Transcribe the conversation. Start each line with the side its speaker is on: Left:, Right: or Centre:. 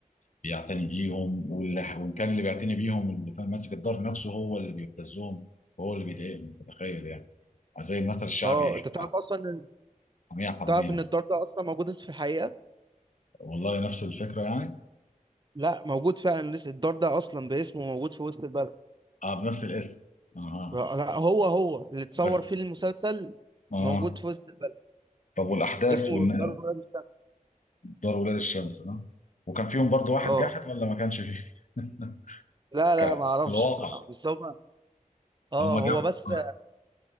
Left: بيعتني بيهم واللي- وان كان اللي بيعتني بيهم اللي فاهم ماسك الدار نفسه هو اللي بيبتزهم وهو اللي بيضايقهم تخيل يعني زي المثل الشعبي
Right: اه انت تعرف اصلا إن-
Left: حمية حرامية
Right: تعرف ان الدار ده اصلا موجود في الحقيقة
Left: والله نفس الفكرة يعني
Right: لا موجود فعلا لسه الدار ده اصلا باسمه موجود في وسط البلد
Left: اه بنفس الاسم اها
Right: لا لا، هو هو اللي اتصور
Left: بس
Right: فيه المسلسل
Left: اه
Right: موجود في وسط البلد
Left: طب والأحداث
Right: اسمه
Left: ودار
Right: الدار ولاد الشمس
Left: ولاد الشمس ها وكان فيهم برضو واحد
Right: اه
Left: جاحد ولا ما كانش فيه؟ <laughs>
Right: لا لا
Left: كان
Right: ما اعرفش
Left: في الواقع
Right: بصراحه بس هم اه
Left: هم جابوا
Right: هو بس
Left: آه.